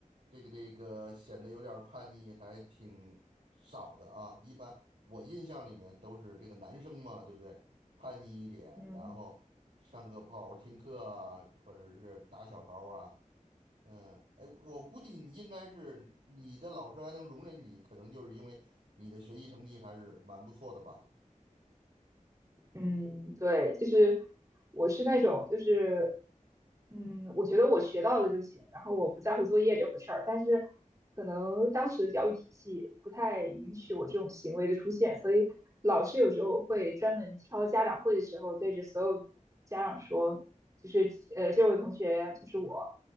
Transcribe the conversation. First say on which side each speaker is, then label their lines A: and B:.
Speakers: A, on the right; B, on the right.
A: 这个这个显得有点儿叛逆，还挺少的啊。一般我印象里面都是这个男生嘛，对不对？叛逆一点，
B: 嗯。
A: 然后上课不好好听课啊，或者是打小抄啊。嗯，哎，我估计你应该是你的老师还能容忍你，可能就是因为你的学习成绩还是蛮不错的吧。
B: 嗯，对，就是我是那种，就是嗯，我觉得我学到了就行，然后我不在乎作业这回事儿。但是可能当时的教育体系不太允许我这种行为的出现，所以老师有时候会专门挑家长会的时候，对着所有家长说，就是呃，这位同学就是我，